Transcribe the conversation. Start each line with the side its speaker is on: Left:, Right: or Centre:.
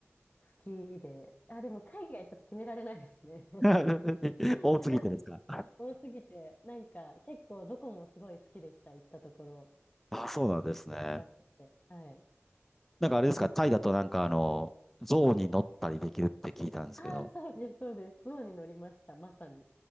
Left: 好きで、あ、でも海外ちょっと決められないですね。
Centre: <laughs>
Left: <laughs>
Centre: 多すぎてですか
Left: 多すぎて、なんか結構どこもすごい好きでした、行ったところ。
Centre: あ、そうなんですね。
Left: すごく近くて。はい。
Centre: なんかあれですか、
Left: うん。
Centre: タイだとなんかあの、象に乗ったりできるって聞いたんですけど。
Left: ああ、そうです、そうです。象に乗りました、まさに。